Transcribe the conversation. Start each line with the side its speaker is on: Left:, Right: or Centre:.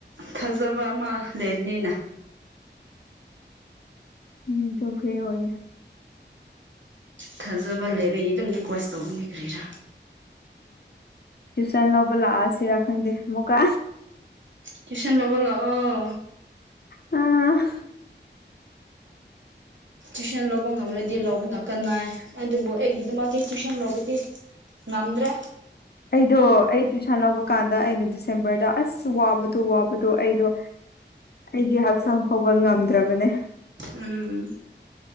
Right: ꯊꯥꯖꯕ ꯑꯃ ꯂꯩꯕꯅꯤꯅ
Left: ꯎꯝ ꯆꯧꯁꯦ ꯑꯣꯏꯌꯦ
Right: ꯊꯥꯖꯕ ꯂꯩꯕꯒꯤ ꯑꯗꯨꯝ ꯔꯤꯀ꯭ꯋꯦꯁ ꯇꯧꯕꯅꯤ ꯀꯔꯤꯔꯥ
Left: ꯇ꯭ꯌꯨꯁꯟ ꯂꯧꯕ ꯂꯥꯛꯑꯁꯤꯔ ꯈꯪꯗꯦ ꯑꯃꯨꯛꯀ
Right: ꯇꯨꯏꯁꯟ ꯂꯣꯕꯂꯥꯛꯑꯣ
Left: ꯎꯝ
Right: ꯇꯨꯏꯁꯟ ꯂꯧꯕ ꯉꯝꯂꯗꯤ ꯂꯧꯕꯅ ꯀꯥꯟꯅꯩ ꯑꯗꯨꯕꯨ ꯑꯩꯒꯤꯗꯃꯛꯇꯤ ꯇꯨꯏꯁꯟ ꯂꯧꯕꯗꯤ ꯉꯝꯗ꯭ꯔꯦ
Left: ꯑꯩꯗꯣ ꯑꯩ ꯇ꯭ꯨꯁꯟ ꯂꯧꯕ ꯀꯥꯟꯗ ꯑꯩꯅ ꯗꯤꯁꯦꯝꯕꯔꯗ ꯑꯁ ꯋꯥꯕꯗꯣ ꯋꯥꯕꯗꯣ ꯑꯩꯗꯣ ꯑꯩꯒꯤ ꯍꯛꯆꯥꯡ ꯐꯥꯎꯕ ꯉꯝꯗ꯭ꯔꯕꯅꯦ
Right: ꯎꯝ